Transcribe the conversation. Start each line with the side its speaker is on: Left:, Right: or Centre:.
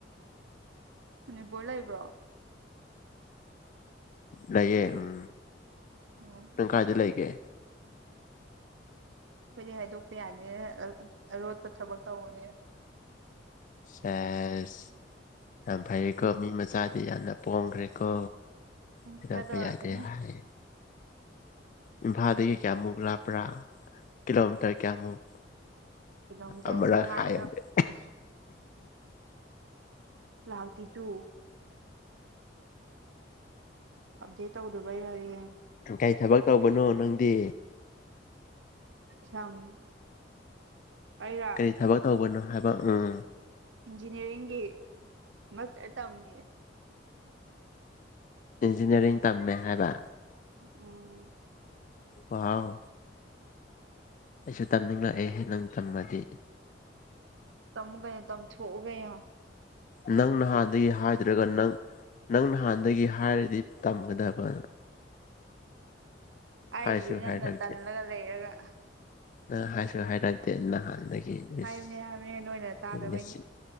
Right: ꯃꯅꯤꯄꯨꯔ ꯂꯩꯕ꯭ꯔꯣ
Left: ꯂꯩꯌꯦ ꯎꯝ
Right: ꯎꯝ ꯑꯩꯈꯣꯏꯗꯤ
Left: ꯅꯪ ꯀꯥꯏꯗ ꯂꯩꯒꯦ
Right: ꯑꯩꯈꯣꯏꯗꯤ ꯍꯥꯏꯗꯣꯛꯄ ꯌꯥꯗ‌ꯦ ꯑꯔꯣꯠꯄ ꯊꯕꯛ ꯇꯧꯋꯦ
Left: ꯁꯦꯁ ꯌꯥꯝ ꯐꯩꯀꯣ ꯃꯤ ꯃꯆꯥꯗꯤ ꯌꯥꯝꯅ ꯄꯣꯝꯈ꯭ꯔꯦꯀꯣ
Right: ꯎꯝ
Left: ꯍꯥꯏꯩꯗꯣꯛꯄ
Right: ꯈꯔ ꯇꯧꯔꯛꯀꯅꯤ
Left: ꯌꯥꯗꯦ ꯍꯥꯏ ꯏꯝꯐꯥꯜꯗꯒꯤ ꯀꯌꯥꯃꯨꯛ ꯂꯥꯞꯄ꯭ꯔꯥ ꯀꯤꯂꯣꯃꯤꯇꯔ ꯀꯌꯥꯃꯨꯛ
Right: ꯀꯤꯂꯣꯃꯤꯇꯔꯁꯦ
Left: ꯑꯃꯥꯔꯛ
Right: ꯍꯥꯏꯅꯕꯅꯤ
Left: ꯍꯥꯏꯌꯨꯅ‌ꯦ
Right: ꯂꯥꯛꯇ‌ꯦ ꯇꯨ ꯑꯞꯗ‌ꯦꯠ ꯇꯧꯗꯕꯩꯔ ꯍꯌ‌ꯦꯡ
Left: ꯀꯩ ꯊꯕꯛ ꯇꯧꯕꯅꯣ ꯅꯪꯗꯤ
Right: ꯁꯝ ꯑꯩꯔ
Left: ꯀꯩ ꯊꯕꯛ ꯇꯧꯕꯅꯣ ꯍꯥꯏꯕ ꯎꯝ
Right: ꯏꯟꯖꯤꯅꯤꯌꯥꯔꯤꯡꯒꯤ ꯃꯔꯛꯇ ꯇꯝꯃꯤꯌꯦ
Left: ꯏꯟꯖꯤꯅꯤꯌꯥꯔꯤꯡ ꯇꯝꯃꯦ ꯍꯥꯏꯕ
Right: ꯎꯝ
Left: ꯋꯥꯎ ꯑꯩꯁꯨ ꯇꯝꯅꯤꯡꯉꯛꯑꯦ ꯅꯪ ꯇꯝꯃꯗꯤ
Right: ꯇꯝꯃꯨ ꯀꯩꯅ‌ꯣ ꯇꯝ ꯊꯣꯛꯎ ꯀꯩꯅ‌ꯣ
Left: ꯅꯪ ꯅꯍꯥꯟꯗꯒꯤ ꯍꯥꯏꯗ꯭ꯔꯒ ꯅꯪ ꯅꯪ ꯅꯍꯥꯟꯗꯒꯤ ꯍꯥꯏꯔꯗꯤ ꯇꯝꯒꯗꯕ
Right: ꯍꯥꯏꯔꯤꯗꯨ
Left: ꯍꯥꯏꯁꯨ
Right: ꯅꯪꯅ
Left: ꯍꯥꯏꯔꯛꯇꯦ
Right: ꯇꯜꯂꯒ ꯂꯩꯔꯒ
Left: ꯅꯪ ꯍꯥꯏꯁꯨ ꯍꯥꯏꯔꯛꯇꯦ ꯅꯍꯥꯟꯗꯒꯤ
Right: ꯍꯥꯏꯕꯅꯦ
Left: ꯏꯁ
Right: ꯍꯥꯏꯕꯅꯦ ꯅꯣꯏꯅ ꯇꯥꯗꯕꯩꯅꯦ
Left: ꯉꯁꯤ